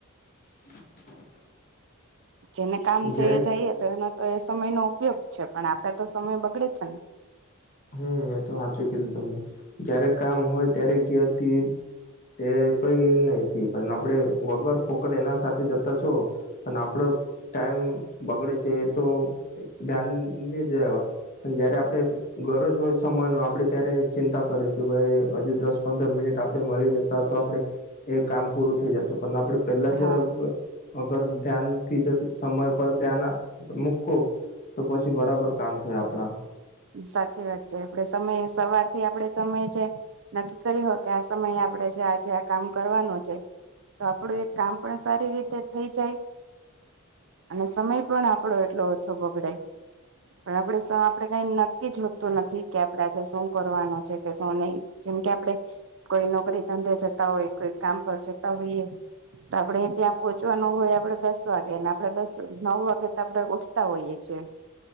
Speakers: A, on the left; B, on the right.
A: <inaudible>
B: જેને કામ છે
A: જયારે
B: એ જાઈએ તો એનો તો એ સમયનો ઉપયોગ છે. પણ આપડે તો સમય બગડે છે ને.
A: હમ્મ એ તો હાચું કીધું તમને. જ્યારે કામ હોય ત્યારે ગ્યાતિ તે કઈ નથી. પણ આપણે વગર ફોકટ એના સાથે જતા છો અને આપડો ટાઈમ બગડે છે તો ધ્યાન ની દેવાય. પણ જયારે આપડે ગરજ હોય સમયનો આપડે ત્યારે ચિંતા કરીએ કે ભાઈ હજી દસ-પંદર મિનિટ આપડે મળી જ તા તો આપડે એ કામ પૂરું થઈ જતું. પણ આપડે પેલા
B: ને
A: જ
B: હા
A: <unintelligible> અગર ધ્યાનથી જ સમય પર ધ્યાના મુકો તો પછી બરાબર કામ થાય આપણા.
B: સાચી વાત છે. આપડે સમયે સવારથી આપડે સમય છે. નક્કી કર્યું હોય કે આ સમયે આપડે જે આજે આ કામ કરવાનું છે. તો આપડે એ કામ પણ સારી રીતે થઈ જાય. અને સમય પણ આપડો એટલો ઓછો બગડે. પણ આપણે સ આપડે ટાઈમ નક્કી જ હોતું નથી કે આપડે આજે શું કરવાનું છે કે શું નહી. જેમ કે આપડે કોઈ નોકરી ધંધે જતા હોય, કોઈ કામ પર જતા હોઈએ. તો આપડે ત્યાં પોહોંચવાનું હોય આપડે દસ વાગે અને આપડે દસ નવ વાગે તો આપડે ઉઠતા હોઈએ છીએ.